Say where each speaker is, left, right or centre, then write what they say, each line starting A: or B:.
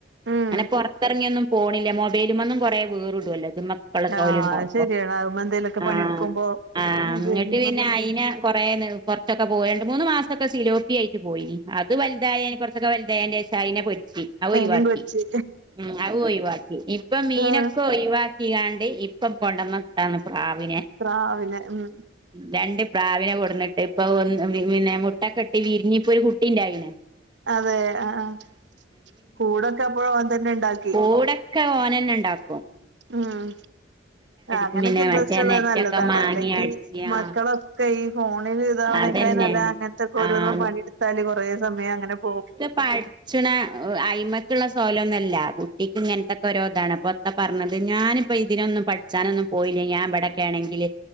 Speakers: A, on the right; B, on the right.
A: ഉം
B: അങ്ങനെ പൊറത്ത് ഇറങ്ങി ഒന്നും പോവില്ല. മൊബൈലിമന്നും കൊറേ <unintelligible>
A: ആഹ്‌
B: സൊയ്ല്ണ്ടാവുമ്പോ
A: അത് ശരിയാ എന്തേലുമൊക്കെ
B: ആഹ്
A: പണി എടുക്കുമ്പോ
B: ആഹ്
A: <unintelligible>
B: ഇങ്ങട്ട് പിന്നെ അയിനെ കൊറേ നിർബ ത്തിക്ക പോയി. രണ്ടു മൂന്ന് മാസക്ക സിലോപിയ ആയിട്ട് പോയിനി അത് വലുതായി കുറച്ചൊക്കെ വലുതായേന് ശേഷം അതിനെ പൊരിച്ച്. അത്
A: അയിനിം
B: ഒഴിവാക്കി.
A: പൊരിച്ച്
B: ഉം അതും ഒഴിവാക്കി ഇപ്പൊ മീനൊക്കെ
A: ആഹ്
B: ഒഴി ഴിവാക്കിയാണ്ട് ഇപ്പൊ കൊടന്ന <unintelligible> പ്രാവിനെ
A: പ്രാവിനെ ഉം
B: രണ്ട് പ്രാവിനെ കൊടുന്നിട്ട് ഇപ്പൊ പിന്നെ മുട്ടൊക്കെ ഇട്ട് വിരിഞ്ഞ് ഇപ്പൊ ഓരു കുട്ടി ഇണ്ടായിന്
A: അതെ ആഹ് ആഹ് കൂടൊക്കെ അപ്പോഴും അവൻ തന്നെ ഉണ്ടാക്കി.
B: കൂടൊക്കെ ഓനെ ന്നെ ഉണ്ടാക്കും.
A: ഉം അങ്ങനെയൊക്കെ
B: പിന്നെ
A: ഇൻട്രസ്റ്റ്
B: മറ്റേ
A: ഉള്ളത്
B: നെറ്റൊക്കെ
A: നല്ലതാണ്.
B: മാങ്ങി
A: അല്ലെങ്കിൽ
B: അടിച്ച്
A: മക്കളൊക്കെ
B: ആഹ്
A: ഇപ്പൊ ഈ ഫോണിൽ ഇതെവനെക്കാളും
B: അതന്നെ
A: നല്ലത് അങ്ങനത്തൊക്കെ ഓരോന്ന്
B: ആഹ്
A: പണി എടുത്താല് കുറേ സമയം അങ്ങനെ പോകും.
B: <unintelligible> പഠിച്ചുണ ആയിമ്മക്ക് ഇള്ള സ്വകാലൊന്നും ഇല്ല കുട്ടിക്ക് ഇങ്ങനത്തൊക്കെ ഓരോ ഇതാണ്. അപ്പൊ എത്ത പറഞ്ഞത് ഞാൻ ഇപ്പൊ ഇതിനൊന്നും പഠിച്ചാനൊന്നും പോയില്ലെങ്കിൽ ഞാൻ ഇവിടെ ഒക്കെ ആണെങ്കില്